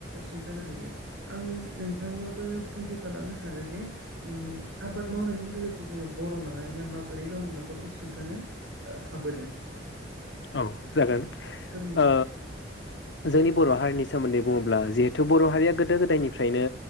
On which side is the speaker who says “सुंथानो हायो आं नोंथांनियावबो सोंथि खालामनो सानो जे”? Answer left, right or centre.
Right